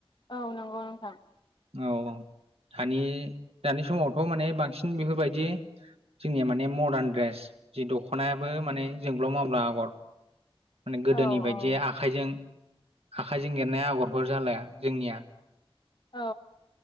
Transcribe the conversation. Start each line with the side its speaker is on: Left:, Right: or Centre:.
Left: औ नंगौ नोंथां।
Right: औ अ धानि दानि समावथ' माने बांसिन बेफोरबायदि जोंनिया माने मदार्न ड्रेस जि दखनायाबो माने जोंब्लाव मावब्ला आगर। माने गोदोनि
Left: औ
Right: बायदि
Left: औ
Right: आखाइजों आखाइजों एरनाया आगरफोर जालाया जोंनिया
Left: औ